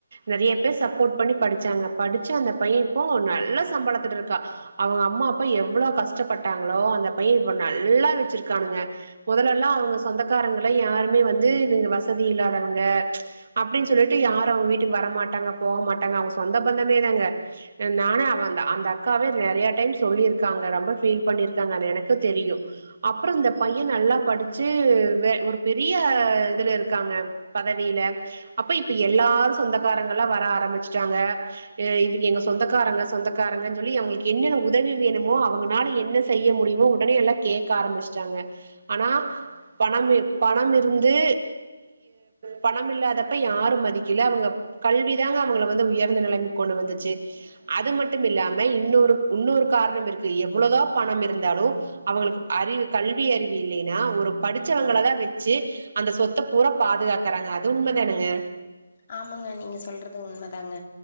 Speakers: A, on the right; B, on the left.
A: நெறைய பேர் சப்போ்ட் பண்ணி படிச்சாங்க படிச்ச அந்த பையன் இப்போ நல்ல சம்பளத்துல்லயிருக்கா அவங்க அம்மா அப்பா எவளோ கஷ்டப்பட்டாங்களோ அந்த பையன் நல்லா வச்சிருக்குங்க முதலெல்லாம் அவங்க சொந் க்காரங்கல யாருமே வந்து இவங்க வசதி இல்லாதவங்க அப்டின்னு சொல்லிட்டு யாரும் அவங்க வீட்டுக்கு வர மாட்டாங்க போக மாட்டாங்க அவங்க சொந்த பந்தமே தாங்க நானு அவந்த அந்த அக்காவே நெறைய டைம் சொல்லியிருக்காங்க ரொம்ப ஃபீல் பண்ணிருக்காங்க எனக்கு தெரியும் அப்பறம் இந்த பையன் நல்லா படிச்சு ஒரு பெரிய இதுல இருக்காங்க பதவியில அப்ப இப்ப எல்லாரும் சொந்தக்காரங்கல எல்லாம் வர ஆரம்பிச்சுட்டாங்க அஹ் இவங்க எங்க சொந்தக்காரங்க சொந்தக்காரங்கன்னு சொல்லி அவங்களுக்கு என்னென்ன உதவி வேணுமோ அவங்கனால என்ன செய்ய முடியுமோ உடனே எல்லாம் கேட்க ஆரம்பிச்சுட்டாங்க ஆனா பணம் பணம் இருந்து பணம் இல்லாதப்ப யாரும் மதிக்கில அவங்க கல்வி தாங்க அவங்கள வந்து உயர்ந்த நிலைமைக் கொண்டு வந்துச்சு அத மட்டும் இல்லாம இன்னொரு இன்னொரு காரணம் இருக்கு எவ்வளோதா பணம் இருந்தாலும் அவங்களுக்கு அறிவு கல்வி அறிவு இல்லைன்னா ஒரு ச்சு அந்த சொத்த பூரா பாதுகாக்கறாங்க அது உண்ம தானாங்க
B: ஆமாங்க நீங்க சொல்றது உண்மைதாங்க